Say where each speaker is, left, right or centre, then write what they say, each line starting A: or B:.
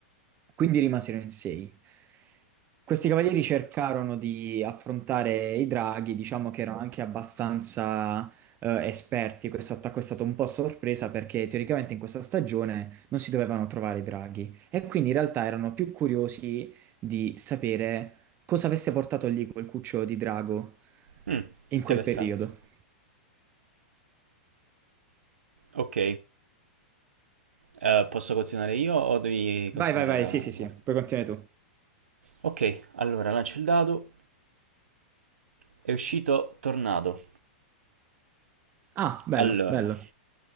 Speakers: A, on the right; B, on the right.
A: Quindi rimasero in sei. Questi cavalieri cercarono di affrontare i draghi, diciamo che erano anche abbastanza eh, esperti. Questo attacco è stato un po' a sorpresa perché teoricamente in questa stagione non si dovevano trovare i draghi e quindi in realtà erano più curiosi di sapere cosa avesse portato lì quel cucciolo di drago
B: Mm,
A: in
B: interessante.
A: quel periodo.
B: Ok, eh, posso continuare io o devi
A: Vai,
B: continuare
A: vai, vai,
B: la
A: sì,
B: la
A: sì,
B: guardia?
A: sì, puoi continuare tu.
B: Ok, allora lancio il dado. È uscito tornado.
A: Ah, bello,
B: Allora,
A: bello.